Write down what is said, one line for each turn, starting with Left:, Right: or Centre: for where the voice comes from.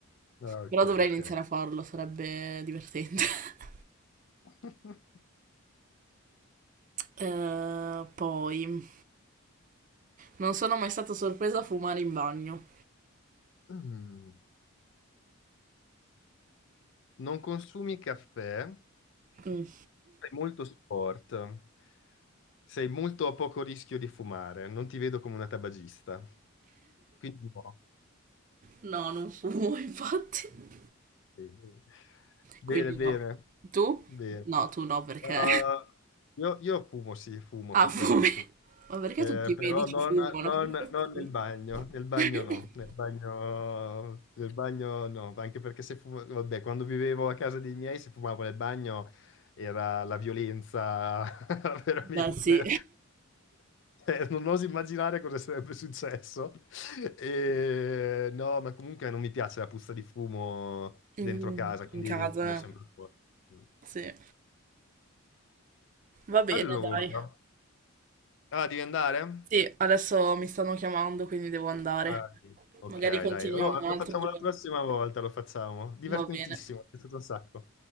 Left: Ah, Ok,
Right: Però
Left: ok.
Right: dovrei iniziare a farlo, sarebbe divertente. <laughs>
Left: <laughs>
Right: Eh, poi... Non sono mai stata sorpresa a fumare in bagno.
Left: Mm. Non consumi caffè?
Right: Mm,
Left: Sei molto sport, sei molto a poco rischio di fumare, non ti vedo come una tabagista. Quindi no.
Right: No, non fumo, <laughs> infatti.
Left: Sì, sì. Bene,
Right: Quindi
Left: bene,
Right: no. Tu?
Left: bene.
Right: No, tu no, perché...
Left: Uh, io, io fumo, sì, fumo,
Right: Ha
Left: purtroppo
Right: fame.
Left: fumo.
Right: <laughs> Ma perché
Left: Eh,
Right: tutti i
Left: però
Right: medici
Left: non,
Right: fumano?
Left: non-
Right: Come è possibile?
Left: non nel bagno, nel bagno
Right: <laughs>
Left: no, nel bagno, nel bagno no, anche perché se fuma- vabbè, quando vivevo a casa dei miei se fumavo nel bagno era la violenza <laughs> veramente.
Right: Beh, sì.
Left: Eh, non oso immaginare cosa sarebbe successo. E, no, ma comunque non mi piace la puzza di fumo dentro
Right: Mm,
Left: casa, quindi
Right: in casa,
Left: fumo sempre
Right: eh.
Left: fuori. Mm.
Right: sì. Va bene,
Left: Allora,
Right: dai.
Left: ah, devi andare?
Right: Sì, adesso mi stanno chiamando, quindi devo andare.
Left: Ah, sì. Ok,
Right: Magari continuiamo
Left: dai. Allora,
Right: un
Left: lo
Right: altro
Left: facciamo
Right: giorno.
Left: la prossima volta, lo facciamo. Divertentissimo,
Right: Va bene.
Left: è stato un sacco.